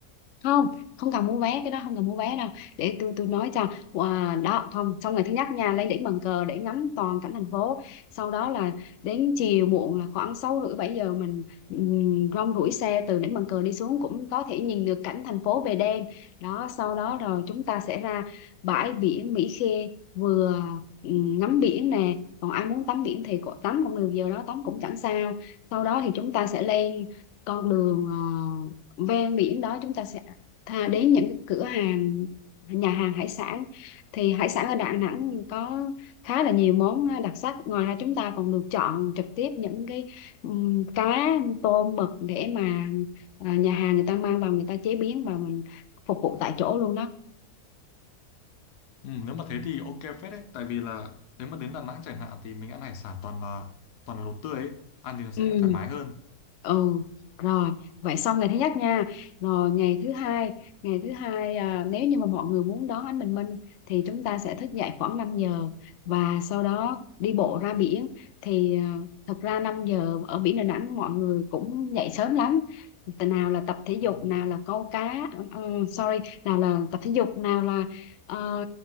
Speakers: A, on the left (about 60°); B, on the left (about 85°).
A: không không cần mua vé cái đó không cần mua vé đâu để tôi tôi nói cho wow, đó không xong ngày thứ nhất nha lên đỉnh bàn cờ để ngắm toàn cảnh thành phố sau đó là đến chiều muộn là khoảng sáu rưỡi bảy giờ mình um, rong ruổi xe từ đỉnh bàn cờ đi xuống cũng có thể nhìn được cảnh thành phố về đêm đó sau đó rồi chúng ta sẽ ra bãi biển Mỹ Khê vừa ừm, ngắm biển nè còn ai muốn tắm biển thì cũng- tắm cũng được giờ đó tắm cũng chẳng sao sau đó thì chúng ta sẽ lên con đường ờ, ven biển đó chúng ta sẽ thà đến những cái cửa hàng nhà hàng hải sản thì hải sản ở Đà Nẵng có khá là nhiều món đặc sắc ngoài ra chúng ta còn được chọn trực tiếp những cái ừm, cá tôm mực để mà à, nhà hàng người ta mang vào người ta chế biến và mình phục vụ tại chỗ luôn đó
B: Ừ, nếu mà thế thì ok phết đấy. Tại vì là nếu mà đến Đà Nẵng chẳng hạn thì mình ăn hải sản toàn là toàn là đồ tươi ấy. Ăn thì nó sẽ
A: ừ
B: thoải mái hơn.
A: ừ rồi vậy xong ngày thứ nhất nha rồi ngày thứ hai ngày thứ hai à, nếu như mà mọi người muốn đón ánh bình minh thì chúng ta sẽ thức dậy khoảng 5 giờ và sau đó đi bộ ra biển thì à, thực ra 5 giờ ở biển Đà Nẵng mọi người cũng dậy sớm lắm Tại nào là tập thể dục
B: Ừ.
A: nào là câu cá ừ, sorry nào là tập thể dục nào là ờ,